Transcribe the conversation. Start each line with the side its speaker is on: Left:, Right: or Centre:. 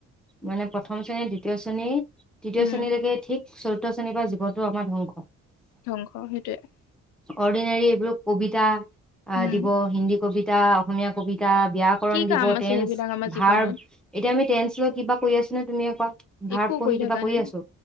Centre: মানে প্ৰথম শ্ৰেণী দ্বিতীয় শ্ৰেণী। দ্বৃতীয়
Left: উম
Centre: শ্ৰেণীলৈৰেকে ঠিক। চতুথ শ্ৰেণীৰ পৰা জীৱনটোো আমাৰ ধ্বংস।
Left: ধ্বংস সেইটোৱেই।
Centre: অৰ্ডিনাৰী এইবোৰ কবিতা। আহ
Left: উম
Centre: দিব হিন্দী কবি। এতিয়া অসমীয়া কবিতা । এয়া ব্যাকৰণ
Left: কি
Centre: দিব
Left: কাম আছে
Centre: টেন্স
Left: সেইবিলাক আমাৰ
Centre: ভাব
Left: জীৱনত
Centre: এতিয়া আমি টেন্স লৈ কিবা কৰি আছো নে তুমিয়ে কোৱা ভাৰ
Left: একো
Centre: পঢ় কিবা
Left: থকা
Centre: কৰি
Left: নাই
Centre: আছো